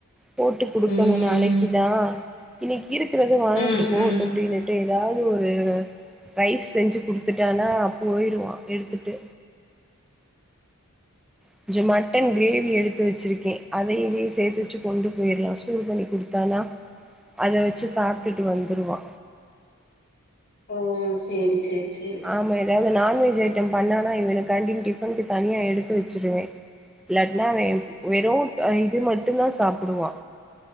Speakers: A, in the centre; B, on the left.
A: போட்டு குடுக்கணு
B: ம்
A: நாளைக்குதா. இன்னிக்கு. இருக்குறத வாங்கிட்டு
B: ம்
A: போகட்டு
B: ம்
A: அப்டின்னுட்டு எதாவது ஒரு. ரைஸ் செஞ்சு குடுத்துட்டானா போயிருவா எடுத்துட்டு. கொஞ்சோ மட்டன் கிரேவி எடுத்து வெச்சிருக்கே அதை இதையு சேத்து வெச்சு கொண்டு போயிரலா சூடு பண்ணி குடுத்தனா அத வெச்சு சாப்டுட்டு வந்துடுவா.
B: ஓ சேரி சேரி. சேரி
A: ஆமா தாவ்து நான்வெஜ் ஐட்டம் பண்ணானா இவனுக்கான்டி டிஃபனுக்கு தனியா எடுத்து வச்சுடுவே இல்லாட்னா அவெ வெறு இது மட்டுந்தா சாப்புடுவா